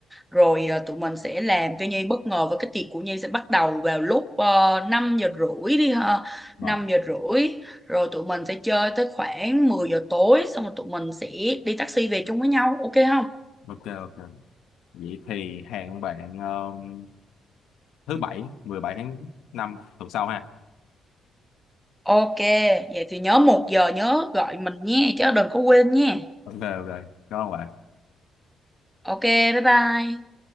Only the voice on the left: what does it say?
Ờ,
ok ok. Vậy thì hẹn bạn um, thứ bảy mười bảy tháng năm tuần sau ha.
Ok ok. Cảm ơn bạn.